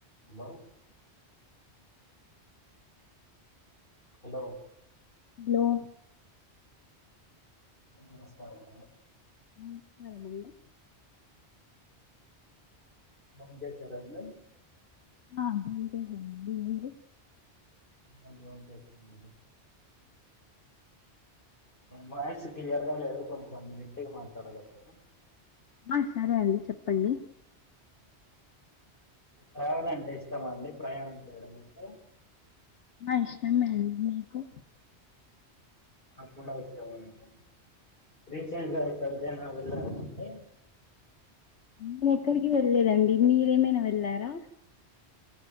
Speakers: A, on the left; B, on the left.
A: Hello hello
B: hello
A: నమస్కారం
B: నమస్కారమ అండి
A: బొంచేసారా అండి
B: ఆ బొంచేసాను అండి మీరు
A: <unintelligible> వాయిస్ క్లియర్ గా లేదు కొంచం గట్టిగా మాట్లాడండి
B: ఆ సరే అండి చెప్ పండి
A: ట్రావెల్ అంటే ఇష్టమ అండి ప్రయాణం చేయడం అంటే
B: ఆ ఇష్టం ఏ అండి మీీకు
A: అప్పుడు <unintelligible> రీసెంట్ గా ఎక్కడికైనా వెల్ వెళ్ళారా అండి
B: నేను ఎక్కడికి వెళ్లేదండి మీరేమైనా వెళ్లార రా